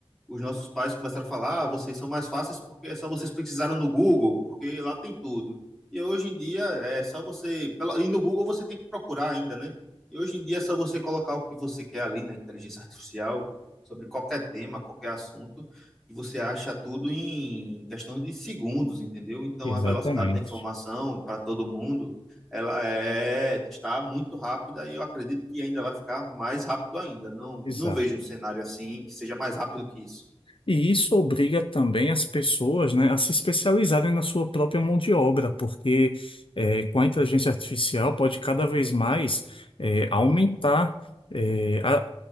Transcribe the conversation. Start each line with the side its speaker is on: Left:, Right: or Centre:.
Centre: os nossos pais começaram a falar: ah, vocês são mais fáceis porque é só vocês pesquisaram no Google, porque lá tem tudo. E hoje em dia é só você. pela- E no Google você tem que procurar ainda, né? E hoje em dia é só você colocar o que você quer ali na inteligência artificial, sobre qualquer tema, qualquer assunto, e você acha tudo em questão de segundos, entendeu? Então
Left: exatamente.
Centre: a velocidade da informação para todo mundo, ela é, está muito rápida e eu acredito que ainda vai ficar mais rápido ainda. Não,
Left: Exato.
Centre: não vejo um cenário assim que seja mais rápido que isso.
Left: E isso obriga também as pessoas, né, a se especializarem na sua própria mão de obra, porque eh, com a inteligência artificial pode cada vez mais eh, aumentar eh, a,